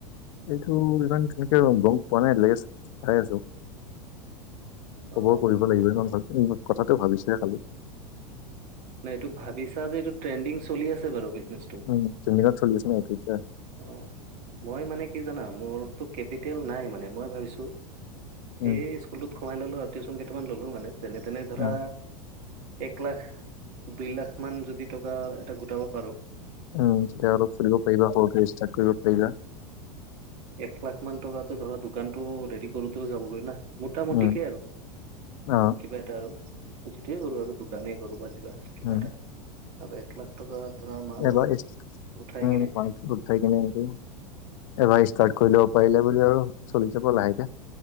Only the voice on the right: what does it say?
অ
নাই এইটো ভাবিছা যে এইটো ট্ৰেণ্ডিং চলি আছে বাৰু বিজনেছটো।
অ, মই মানে কি জানা মোৰতো কেপিটেল নাই মানে। মই ভাবিছোঁ,
সেই স্কুলটোত সোমাই ললো আৰু টিউচন কেইটামান ললো মানে যেনে তেনে ধৰা
এক লাখ দুইলাখ মান যদি টকা এটা গোটাব পাৰোঁ
একলাখ মান টকাটো ধৰা দোকানটো ৰেডি কৰোতেও যাবগৈ না। মোটামুটিকে
আৰু,
কিবা এটা আৰু- কিছুটে কৰো আৰু দোকানেই কৰো বা যিবা কিবা
এটা আৰু এক লাখ টকা ধৰা- মাল
অলপ উঠাই
কিনে